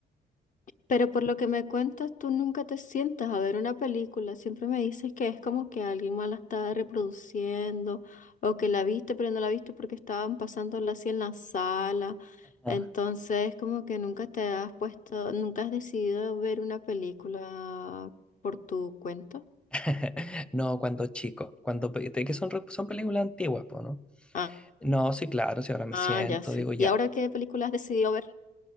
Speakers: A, on the left; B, in the centre.
A: Pero por lo que me cuentas, tú nunca te sientas a ver una película. Siempre me dices que es como que alguien más la está reproduciendo o que la viste pero no la viste porque estaban pasándola así en la sala.
B: Ah.
A: Entonces, como que nunca te has puesto, nunca has decidido ver una película por tu cuenta.
B: <laughs> No, cuando chico, cuando pe- te- que son, re- son películas antiguas, po, ¿no?
A: Ah,
B: No, sí, claro, si ahora me
A: ah,
B: siento,
A: ya sí.
B: digo ya.
A: ¿Y ahora qué película has decidido ver?